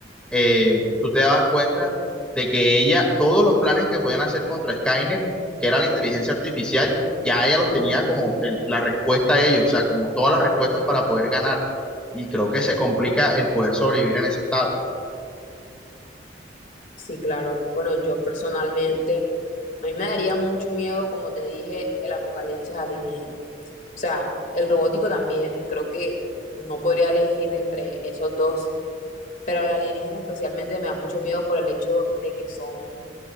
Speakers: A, in the centre; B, on the left.
A: eh, tú te dabas cuenta de que ella, todos los planes que podían hacer contra Skynet, que era la inteligencia artificial, ya ella los tenía como el- la respuesta a ellos, o sea, como todas las respuestas para poder ganar. Y creo que se complica el poder sobrevivir en ese estado.
B: Sí, claro. Bueno, yo personalmente, a mí me daría mucho miedo, como te dije, el apocalipsis alienígena. O sea, el robótico también, creo que no podría elegir entre esos dos, pero el alienígena especialmente me da mucho miedo por el hecho de que son